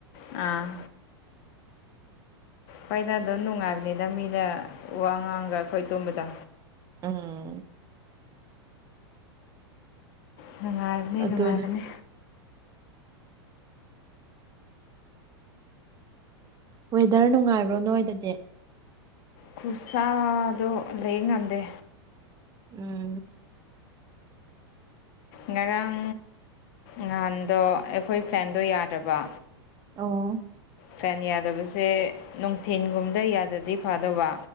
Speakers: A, on the left; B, on the right.
A: ꯑꯥ ꯍꯣꯏꯗ ꯑꯗꯨꯝ ꯅꯨꯡꯉꯥꯏꯕꯅꯤꯗ ꯃꯤꯅ ꯋꯥ ꯉꯥꯡꯒ ꯑꯩꯈꯣꯏ ꯇꯨꯝꯕꯗꯣ
B: ꯑꯥ
A: ꯅꯨꯡꯉꯥꯏꯕꯅꯤ
B: ꯑꯗꯨꯅꯦ
A: ꯅꯨꯡꯉꯥꯏꯕꯅꯤ
B: ꯋꯦꯗꯔ ꯅꯨꯡꯉꯥꯏꯕ꯭ꯔꯣ ꯅꯣꯏꯗꯗꯤ
A: ꯈꯨꯠꯁꯥꯗꯣ ꯂꯩ ꯉꯝꯗꯦ
B: ꯎꯝ
A: ꯉꯔꯥꯡ ꯅꯍꯥꯟꯗꯣ ꯑꯩꯈꯣꯏ ꯐꯦꯟꯗꯣ ꯌꯥꯗꯕ
B: ꯑꯣ
A: ꯐꯦꯟ ꯌꯥꯗꯕꯁꯦ ꯅꯨꯡꯊꯤꯟꯒꯨꯝꯗ ꯌꯥꯗꯗꯤ ꯐꯥꯗꯕ